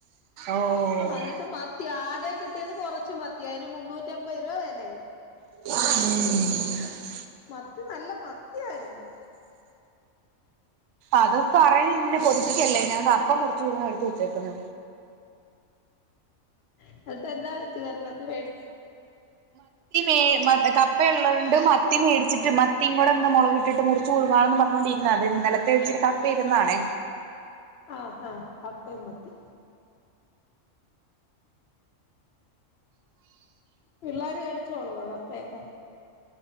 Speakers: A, on the right; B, on the left.
A: ഓഹ്
B: അന്നിട്ട് ആകെ കിട്ടിയത് കുറച്ച് മത്തിയ അതിന് മുന്നൂറ്റിമ്പത് രൂപ വിലയും
A: ഉം
B: മത്തി നല്ല മത്തിയാരുന്ന്
A: അത് <unintelligible> കൊതിപ്പിക്കല്ലേ ഞാൻ മുറിച്ച് കൂട്ടുന്ന എടുത്ത് വെച്ചേക്കുന്നു
B: എന്നിട്ടെന്നാ പറ്റി കറി മത്തി മേടിച്ച്
A: <unintelligible> ഉപ്പ ഉള്ളോണ്ട് മത്തി മേടിച്ചിട്ട് മത്തിയും കൂടെ ഒന്ന് മുളകിട്ടിട്ട് മുറിച്ച് പുഴുങ്ങാന്നും പറഞ്ഞോണ്ടിരുന്നതാ അത് ഇന്നലത്തെ ഇച്ചിരി ക ഇരുന്നാണെ
B: ആഹ് ആഹ് കപ്പയും മത്തി പിള്ളാര് കഴിച്ചോളുവോ കപ്പയൊക്കെ?